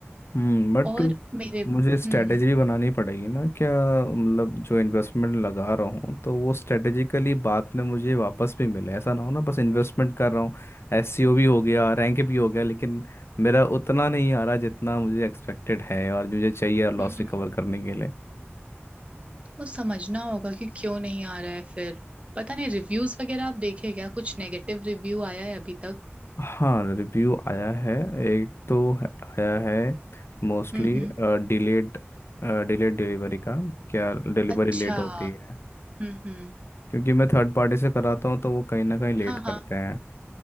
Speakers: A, on the left (about 65°); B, on the right (about 30°).
A: हम्म बट
B: और मेरे
A: मुझे स्ट्रेटेजी
B: हम्म
A: भी बनानी पड़ेगी ना क्या मतलब जो इन्वेस्टमेंट लगा रहा हूँ तो वो स्ट्रेटेजिकली बाद में मुझे वापस भी मिले ऐसा ना हो ना बस इन्वेस्टमेंट कर रहा हूँ एससीओ भी हो गया रैंक भी हो गया लेकिन मेरा उतना नहीं आ रहा जितना मुझे एक्सपेक्टेड है और मुझे चाहिए लॉस
B: हम्म
A: रिकवर
B: हम्म,
A: करने के लिए
B: तो समझना होगा कि क्यों नहीं आ रहा है फिर पता नहीं रिव्यूज वगैरह आप देखे क्या कुछ नेगेटिव रिव्यू आया है अभी तक
A: हाँ रिव्यू आया है एक तो है- आया है मोस्टली
B: हम्म हम्म
A: डिलेड डिलेड डिलीवरी का क्या डिलीवरी
B: अच्छा
A: लेट होती है
B: हम्म हम्म
A: क्योंकि मैं थर्ड पार्टी से कराता हूँ तो वो कहीं ना कहीं लेट
B: हाँ
A: करते
B: हाँ
A: हैं